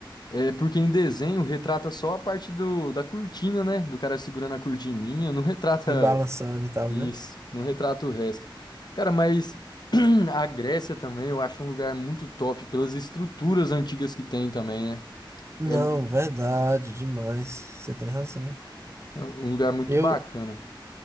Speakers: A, on the left; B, on the right.
A: É porque em desenho retrata só a parte do, da cortina, né? Do cara segurando a cortininha, não retrata
B: e balançando e tal,
A: isso,
B: né?
A: não retrata o resto. Cara, mas <clears throat> a Grécia também eu acho um lugar muito top pelas estruturas antigas que tem também, né?
B: Não,
A: É um
B: verdade, demais. Você tem razão.
A: um lugar muito
B: Eu,
A: bacana.